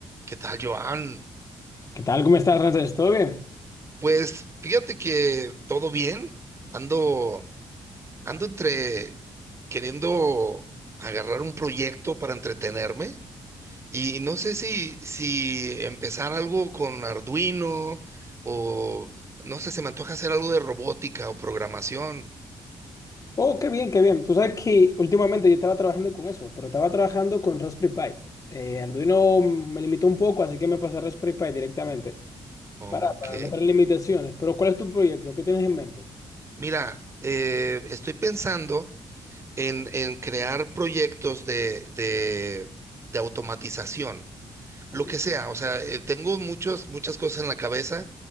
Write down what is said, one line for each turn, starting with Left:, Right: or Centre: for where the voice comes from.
Right: ¿Qué tal, Joan?
Left: ¿Qué tal? ¿Cómo estás, Ramses? ¿Todo bien?
Right: Pues fíjate que todo bien. Ando, ando entre queriendo agarrar un proyecto para entretenerme y no sé si, si empezar algo con Arduino o no sé, se me antoja hacer algo de robótica o programación.
Left: Oh, qué bien, qué bien. Tú sabes que últimamente yo estaba trabajando con eso, pero estaba trabajando con Raspberry Pi. Eh, Arduino me limitó un poco, así que me pasé a Raspberry Pi directamente.
Right: Ok.
Left: Para, para no tener limitaciones. Pero ¿cuál es tu proyecto? ¿Qué tienes en mente?
Right: Mira, eh, estoy pensando en, en crear proyectos de, de de automatización.
Left: Ok,
Right: Lo que sea, o sea, eh, tengo muchas, muchas cosas en la cabeza